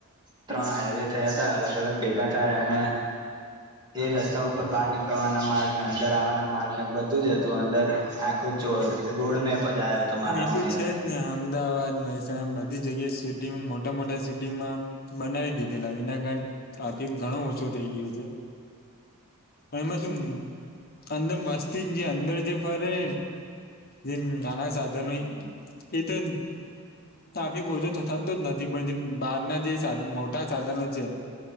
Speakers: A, on the right; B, on the left.
A: ત્રણ હાઈવે થયા હતા અલગ અલગ ભેગા થયા અને એ રસ્તા ઉપર બહાર નીકળવાના માર્ગ, અંદર આવવાના માર્ગ ને બધું જ હતું. અંદર આખું જો રોડ મેપ મજા આવ્યો તો મારા
B: હા એ
A: મને.
B: છે જ ને અમદાવાદ, મહેસાણા બધી જગ્યાએ સિટીમાં મોટા મોટા સિટીમાં બનાવી દીધેલા એના કારણે ટ્રાફિક ઘણો ઓછો થઇ ગયો છે. એમાં છું. અંદર મસ્તી જ. જે અંદર જે ફરે ને, જે નાના સા સાધનો એ તો આાફી ઓછો થતા તો જ નથી, પણ જેમ બહાર ના જે સાધ મોટા સાધનો છે.